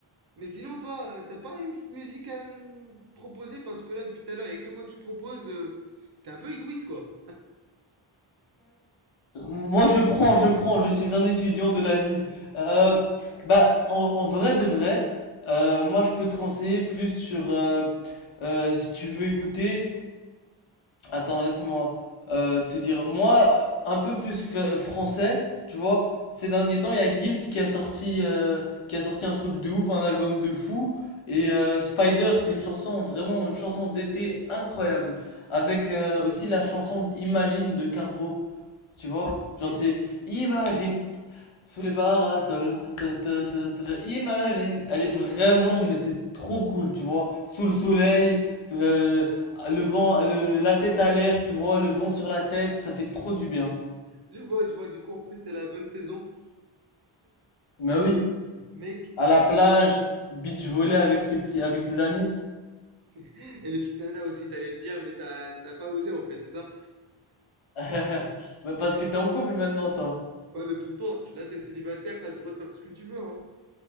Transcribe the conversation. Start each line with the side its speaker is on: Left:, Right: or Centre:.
Right: Mais sinon toi, euh, t'as pas une petite musique à me proposer parce que là depuis tout à l'heure, il y a que moi qui propose. euh, t'es un peu égoïste quoi.
Left: Moi, je prends, je prends, je suis un étudiant de la vie. Euh, bah, en, en vrai de vrai, euh, moi, je peux te conseiller plus sur, euh, euh, si tu veux écouter, Attends, laisse-moi euh, te dire. Moi, euh, un peu plus fa- français, tu vois. Ces derniers temps, il y a Gims qui a sorti, euh, qui a sorti un truc de ouf, un album de fou. Et euh, Spider, c'est une chanson vraiment une chanson d'été incroyable, avec euh, aussi la chanson Imagine de Carbo. Tu vois,
Right: Ok.
Left: genre c'est Imagine sous les parasols, ta, ta, ta, ta, imagine, elle est vraiment, mais c'est trop cool, tu vois, sous le soleil, euh, le vent, le- la tête à l'air, tu vois, le vent sur la tête, ça fait trop du bien.
Right: Je vois, je vois. Du coup en plus c'est la bonne saison,
Left: Mais oui,
Right: mec.
Left: à la plage, beach volley avec ses petits, avec ses amis.
Right: <laughs> Et les petites nanas aussi, t'allais le dire, mais t'as t'as pas osé en fait, c'est ça?
Left: <laughs> Bah, Parce que t'es en couple maintenant, toi.
Right: Ouais, mais pour toi, là, t'es célibataire, t'as le droit de faire ce que tu veux, hein.